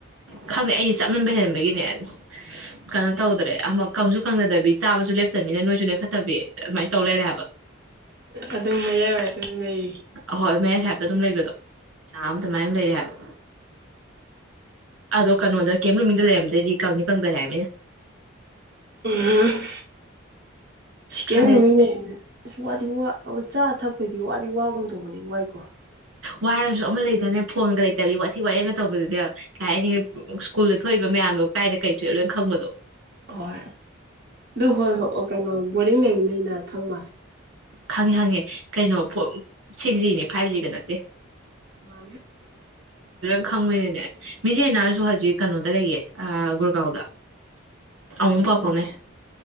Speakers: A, on the right; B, on the right.
A: ꯈꯪꯗꯦ ꯑꯩ ꯆꯞ ꯃꯟꯕ ꯍꯦꯟꯍꯦꯟꯕꯒꯤꯅꯦ ꯑꯁ <unintelligible> ꯀꯩꯅꯣ ꯇꯧꯗ꯭ꯔꯦ ꯑꯃꯛ ꯀꯪꯁꯨ ꯀꯪꯅꯗꯕꯤ ꯆꯥꯕꯁꯨ ꯂꯦꯞꯇꯕꯅꯤꯅ ꯅꯣꯏꯁꯨ ꯂꯦꯈꯠꯇꯕꯤ ꯑꯗꯨꯃꯥꯏꯅ ꯇꯧ ꯂꯩꯔꯦ ꯍꯥꯏꯕ
B: ꯑꯗꯨꯝ ꯃꯌꯥꯏꯋꯥꯏꯇ ꯑꯗꯨꯝ ꯂꯩꯔꯤ
A: ꯑꯍꯣꯏ ꯃꯌꯥꯏ ꯁꯍꯕꯇ ꯑꯗꯨꯝ ꯂꯩꯕꯗꯣ ꯆꯥꯝ ꯑꯗꯨꯃꯥꯏꯅ ꯂꯩꯔꯦ ꯍꯥꯏꯕ ꯑꯗꯣ ꯀꯩꯅꯣꯗ ꯀꯦꯝ ꯅꯨꯃꯤꯗ ꯂꯩꯔꯝꯗꯣꯏꯗꯤ ꯀꯥꯎꯅꯤ ꯀꯪꯗ ꯂꯩ ꯍꯥꯏꯃꯤꯅꯦ
B: ꯎꯝ ꯁꯤ ꯀꯦ
A: ꯈꯪꯗꯦ
B: ꯑꯁ ꯋꯥꯗꯤ ꯋꯥ ꯆꯥ ꯊꯛꯄꯗꯤ ꯋꯥꯗꯤ ꯋꯥꯒꯨꯝ ꯇꯣꯡꯧꯕꯅꯤ ꯋꯥꯏꯀꯣ
A: ꯋꯥꯔꯁꯨ ꯑꯃ ꯂꯩꯗꯅꯦ ꯐꯣꯟꯒ ꯂꯩꯇꯕꯤ ꯋꯥꯊꯤ ꯋꯥꯌꯦꯡꯒ ꯇꯧꯕꯗꯨꯗꯤ ꯀꯩ ꯍꯥꯏꯅꯤ ꯁ꯭ꯀꯨꯜꯗ ꯊꯣꯛꯏꯕ ꯃꯌꯥꯝꯗꯣ ꯀꯥꯏꯗ ꯀꯩ ꯊꯣꯛꯑꯦ ꯂꯣꯏꯅ ꯈꯪꯕꯗꯣ
B: ꯍꯣꯏ ꯑꯗꯨ ꯍꯣꯏ ꯍꯣꯏ ꯀꯩꯅꯣ ꯕꯣꯔꯗꯤꯡ ꯂꯩꯕꯅꯤꯅ ꯊꯪꯕꯅꯤ
A: ꯈꯪꯉꯤ ꯈꯪꯉꯦ ꯀꯩꯅꯣ ꯁꯤꯛꯁ ꯖꯤꯅꯦ ꯐꯥꯏꯚ ꯖꯤꯒ ꯅꯠꯇꯦ
B: ꯃꯥ
A: ꯈꯪꯉꯣꯏꯗꯅꯦ ꯃꯤꯖꯦꯅꯥꯁꯨ ꯍꯧꯖꯤꯛ ꯀꯩꯅꯣꯗ ꯂꯩꯌꯦ ꯒꯨꯔꯒꯥꯎꯗ ꯑꯨꯝ ꯄꯥꯄꯅꯦ
B: ꯑꯣ